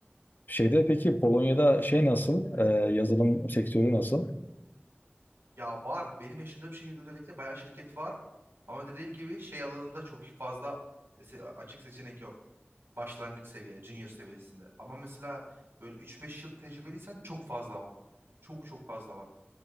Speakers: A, on the left; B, on the right.
A: Şeyde peki Polonya'da şey nasıl? Ee, yazılım sektörü nasıl?
B: Ya var. Benim yaşadığım şehirde özellikle bayağı şirket var. Ama dediğim gibi şey alanında çok fazla e, se- açık seçenek yok. Başlangıç seviye, junior seviyesinde. Ama mesela böyle 3-5 yıl tecrübeliysen çok fazla var. Çok çok fazla var.